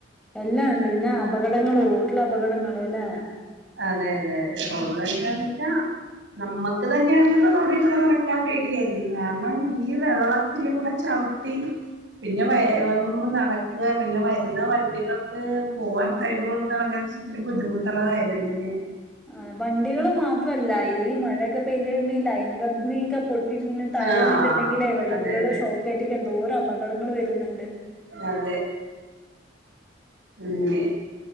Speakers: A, in the centre; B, on the right.
A: എല്ലാണ്ട് പിന്നെ അപകടങ്ങള് റോട്ടില് അപകടങ്ങള് ല്ലെ
B: അതെ അതെ അതെ റോഡ്ല് <unintelligible> നമ്മക്ക് തന്നേണ് റോഡിലൂടെ നടക്കാൻ പേ ടി എങ്ങാണം ഈ വെള്ളത്തിലൂടെ ചവിട്ടി പിന്നെ വേഗംനമ്മള് നടക്കാ പിന്നെ വര്ന്ന വണ്ടികൾക്ക് പൂവാൻ സൈഡ് കൊടുത്ത് നടക്കണന്ന് വെച്ച് ഇച്ചിരി ബുദ്ധിമുട്ടൊള്ള കാര്യം തന്നേണ്.
A: ആഹ് വണ്ടികള് മാത്രല്ല ഈ മഴയൊക്കെ പെയ്ത് കഴിയുമ്പ ഈ ലൈങ്കമ്പീക്ക പൊ ട്ടിര്ന്ന് താഴെ
B: ആഹ്
A: വീൺട്ടെണ്ടെങ്കിലേ വെള്ളത്തിലൂടെ
B: അതെ അതെ
A: ഷോക്കേറ്റൊക്ക് എന്തോരം അപകടങ്ങള് വര്ന്നെണ്ട്
B: അതെ ഉം ന്നെ